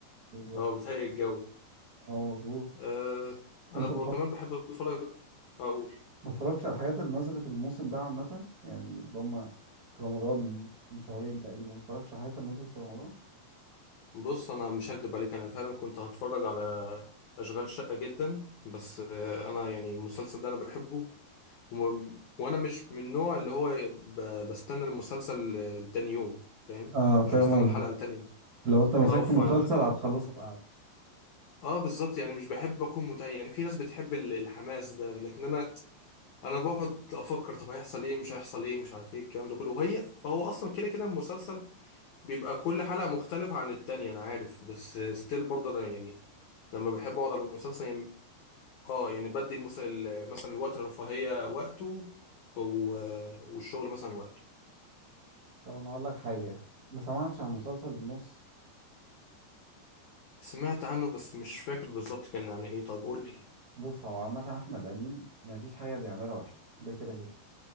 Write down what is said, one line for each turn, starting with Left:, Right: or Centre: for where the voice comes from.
Right: بالظبط
Left: اه بتهيئ الجو
Right: اه مظبوط
Left: آه انا
Right: انت
Left: ب... كمان بحب اتفرج اقول
Right: ما اتفرجتش على الحاجات اللي نزلت الموسم ده عامة يعني اللي هم في رمضان من شهرين تقريبا ما اتفرجتش على الحاجات اللي نزلت في رمضان
Left: بص انا مش هكدب عليك انا فعلا كنت هتفرج على اشغال شقه جدا بس آه انا يعني المسلسل ده انا بحبه وم- وانا مش من النوع اللي هو ب- بستنى المسلسل لتاني يوم فاهم
Right: اه فاهم
Left: مش بستنى
Right: قصدي
Left: الحلقة لتاني يوم
Right: لو انت مسكت
Left: اه ف
Right: <laughs> مسلسل هتخلصه في قعدة
Left: اه بالظبط يعني مش بحب اكون متأيل يعني في ناس بتحب ال- الحماس ده لكن انا انا بقعد افكر طب هيحصل ايه مش هيحصل ايه مش عارف ايه الكلام ده كله وهي هو اصلا كده كده المسلسل بيبقى كل حلقة مختلفة عن التانية انا عارف بس ستيل برضه انا يعني لما بحب اقعد على المسلسل يعني اه يعني بدي المسل... مثلا الوقت الرفاهية وقته و... والشغل مثلا وقته
Right: طب انا اقول لك حاجة ما سمعتش عن مسلسل النص
Left: سمعت عنه بس مش فاكر بالظبط كان عن ايه طيب قول لي
Right: بص هو عامة احمد امين ما فيش حاجة بيعملها وحشة ده كده كده